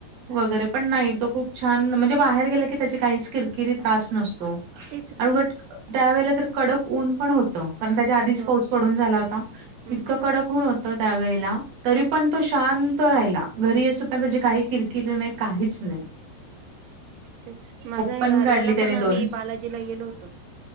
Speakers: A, on the right; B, on the right.
A: वगैरे पण नाही तो खूप छान म्हणजे बाहेर गेला की त्याची काहीच किरकिरी त्रास नसतो
B: तेच
A: आणि उलट त्यावेळेला तर कडक ऊन पण होत कारण त्याच्या आधीच
B: मग
A: पाऊस पडून झाला होता
B: हम्म
A: इतकं
B: हम्म
A: कडक ऊन होत तो त्यावेळेला तरी पण तो शांत राहिला घरी अस पण त्याची काही किर किर नाही काहीच नाही‌.
B: तेच माझा ह्या
A: पण काढली
B: याला
A: त्यानी
B: पण आम्ही
A: दोन
B: बालाजीला गेलो होतो.